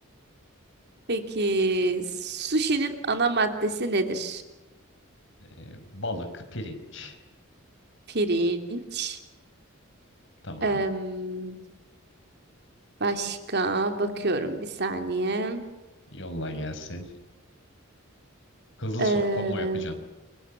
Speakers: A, on the right; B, on the left.
A: Peki, sushi'nin ana maddesi nedir?
B: Ee, balık, pirinç.
A: Pirinç.
B: Tamam.
A: Em, başka bakıyorum bir saniye.
B: Yolla gelsin. Hızlı
A: Em,
B: sor combo yapacağım.